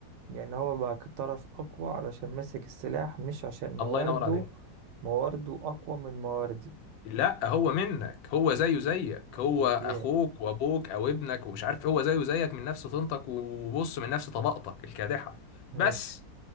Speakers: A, on the right; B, on the left.
A: لأن هو بقى طرف أقوى علشان مسك السلاح مش عشان موارده
B: الله ينور عليك
A: موارده أقوى من مواردي
B: لا هو منك هو زيه زيك هو
A: أوكي
B: اخوك وابوك او ابنك ومش عارف هو زيه زيك من نفس طينتك وبص من نفس طبقتك الكادحه
A: ماشي
B: بس